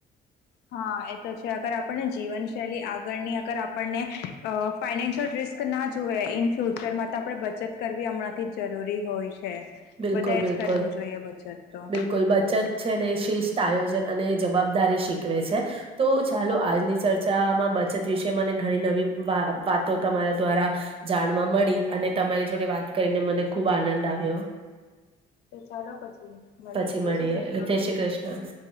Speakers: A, on the left (about 75°); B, on the right (about 35°).
A: હા એ તો છે અગર આપણને જીવનશૈલી આ ગની અગર આપણને, ફાઈનેન્શયલ રિસ્ક ના જોએ. ઇન ફ્યુચરમાં તો આપણે બચત કરવી હમણાંથી જ જરૂરી હોય છે.
B: બિલકુલ
A: બધાએ
B: બિલકુલ,
A: જ કરવું જોઈએ બચત તો
B: બિલકુલ
A: તો
B: બચત છે ને શિસ્ત આજન અને જવાબદારી શીખવે છે, તો ચાલો આ આની ચર્ચામાં બચત વિશે મને ઘણી નવી વાતો તમારા દ્વારા, જાણવા મળી. અને તમારી જોડે વાત કરીને મને ખુબ આનંદ આવ્યો.
A: ચાલો પછી
B: પછી
A: જય
B: મળીએ
A: શ્રી કૃષ્ણ
B: ધ શ્રી કૃષ્ણ. <inaudible>